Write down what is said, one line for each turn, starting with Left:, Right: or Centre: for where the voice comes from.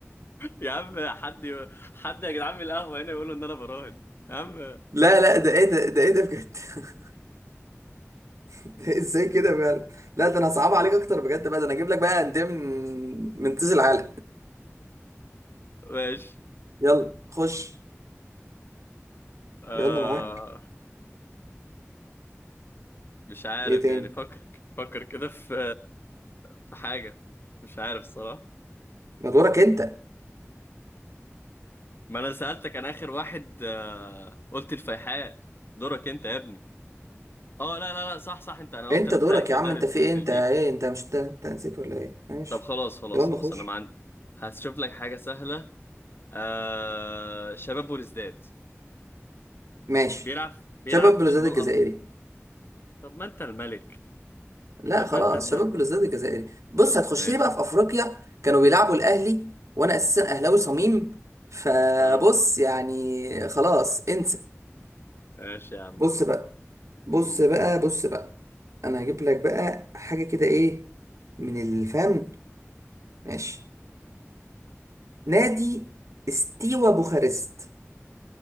Left: يا عم حد ي... حد يا جدعان من القهوة هنا يقولوا ان انا براهن يا عم
Right: لا لا ده ايه ده ده ايه ده بجد <laughs> ده ازاي كده بجد لا ده انا صعب عليك اكتر بجد بقى ده انا اجيب لك بقى انديه من من تيز العالم
Left: ماشي
Right: يلا خش
Left: آه...
Right: يلا معاك
Left: مش عارف
Right: ايه تاني
Left: يعني فكر فكر كده في في حاجة مش عارف الصراحة
Right: ما دورك انت
Left: ما انا سألتك انا اخر واحد آه... قلت الفيحاء دورك انت يا ابني اه لا لا لا صح صح انت انا
Right: انت
Left: قلت رديت
Right: دورك
Left: عليك في
Right: يا عم
Left: الدوري
Right: انت في ايه
Left: البلجيكي
Right: انت ايه انت مش انت, انت نسيت ولا ايه ماشي
Left: طب خلاص خلاص
Right: يلا
Left: خلاص
Right: خش
Left: انا ما عندي هشوف لك حاجة سهلة آه... شباب بوليسداد
Right: ماشي
Left: بيلعب بيلعب
Right: شباب
Left: في
Right: بلوزداد
Left: شمال
Right: الجزائري
Left: أه طب ما انت الملك
Right: لا
Left: طب
Right: خلاص
Left: ما انت الملك
Right: شباب بلوزداد الجزائري بص هتخش
Left: ماشي
Right: لي بقى في افريقيا كانوا بيلعبوا الاهلي وانا اساسا اهلاوي صميم فبص
Left: اه
Right: يعني خلاص انسى
Left: ماشي يا عم
Right: بص بقى بص
Left: مم.
Right: بقى بص بقى انا هجيب لك بقى حاجه كده ايه من الفم ماشي نادي استيوا بوخارست